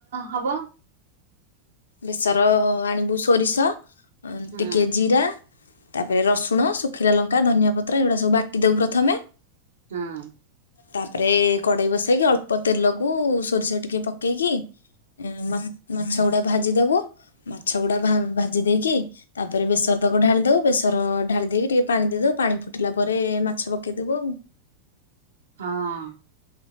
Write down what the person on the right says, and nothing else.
ହବ।
ହୁଁ
ହଁ।
ହଁ।